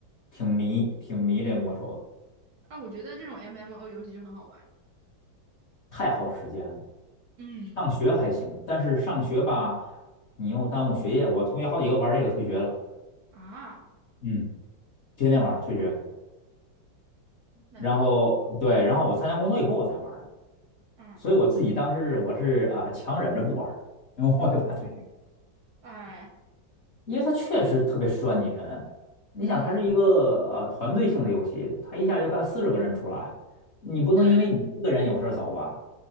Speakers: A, on the left (about 45°); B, on the right (about 70°).
A: 挺迷挺迷这魔兽的，
B: 啊，我觉得这种 MMO 游戏就很好玩，
A: 太耗时间了。
B: 嗯
A: 上学还行，但是上学吧，你又耽误学业。我同学好几个玩这个退学了，
B: 啊，
A: 嗯，天天玩儿退学。
B: 那就
A: 然后对，然后我参加工作以后我才玩儿
B: 嗯
A: 所以我自己当时我是啊、强忍着不玩儿因为我也怕退学。
B: 哎
A: 因为它确实特别算计人。你想，
B: 嗯
A: 它是一个呃团队性的游戏，它一下就干四十个人出来，你不能因为你一个人有事儿走吧，
B: 对，